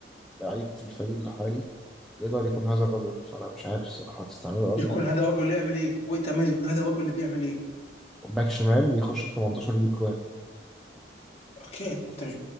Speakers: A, in the centre; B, on the left (about 30°).
A: لعيب في الفريق الحالي يقدر يكون هذا الرجل فانا مش عارف الصراحه هتستعمله ارنولد
B: يكون هذا
A: ازاي
B: الرجل اللي يعمل ايه؟ وانت عمال يكون هذا الرجل اللي بيعمل ايه؟
A: باك شمال بيخش ال 18 ويجيب جوان
B: اوكي انت مش...